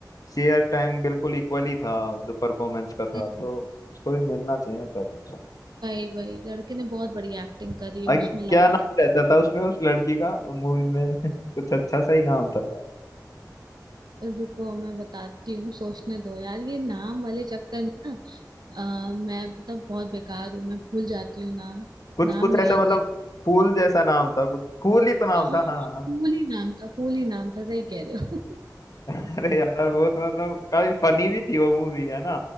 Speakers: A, on the left; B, on the right.
A: शेयर टाइम बिल्कुल इक्वली था जो परफॉर्मेंस का था
B: हम्म।
A: तो उसको भी मिलना चाहिए था कुछ
B: भाई भाई लड़के ने बहुत बड़ी एक्टिंग करी है
A: बाकी
B: उसमें लापता
A: क्या नाम रहता था उसमें उस लड़की का मूवी में <laughs> कुछ अच्छा सा ही नाम था क्या?
B: रुको मैं बताती हूँ सोचने दो यार ये नाम वाले चक्कर में ना अ, मैं मतलब बहुत बेकार हूँ मैं भूल जाती हूँ नाम
A: कुछ
B: नाम
A: कुछ
B: नहीं
A: ऐसा
B: याद
A: मतलब
B: रहता
A: फूल जैसा नाम था कुछ फूल ही तो नाम
B: हाँ
A: था हाँ
B: हाँ, फूल ही नाम था फूल ही नाम था सही कह रहे हो <laughs>
A: <laughs> अरे यार वो तो मतलब काफी फनी भी थी वो मूवी है ना